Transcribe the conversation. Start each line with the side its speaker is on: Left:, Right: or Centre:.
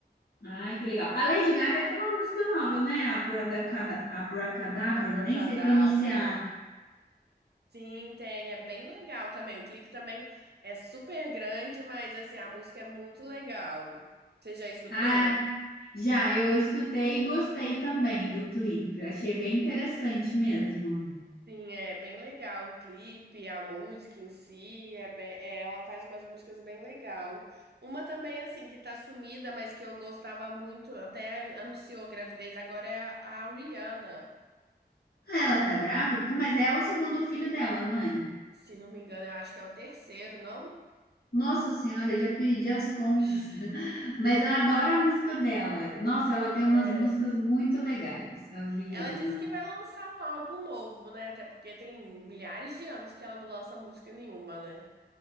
Left: Ai, que legal. A Lady Gaga tem uma música nova, né? Abracada- Abracadabra,
Right: Abracadabra.
Left: nem sei pronunciar.
Right: Sim, tem, é bem legal também. O clipe também é super grande, mas assim, a música é muito legal. Você já escutou?
Left: Ah, já, eu escutei e gostei também do clipe. Eu achei bem interessante mesmo.
Right: Sim, é bem legal o clipe, a música em si, é bem, é, ela faz umas músicas bem legal. Uma também, assim, que tá sumida, mas que eu gostava muito, até anunciou gravidez, agora é a, a Rihanna.
Left: Ah, ela tá grávida? Mas é o segundo filho dela, não é?
Right: Se não me engano, eu acho que é o terceiro, não?
Left: Nossa Senhora, eu já perdi as contas.
Right: <laughs>
Left: <laughs> Mas eu adoro a música dela. Nossa, ela tem umas
Right: É.
Left: músicas muito legais, a Rihanna.
Right: Ela disse que vai lançar um álbum novo, né? Até porque tem milhares de anos que ela não lança música nenhuma, né?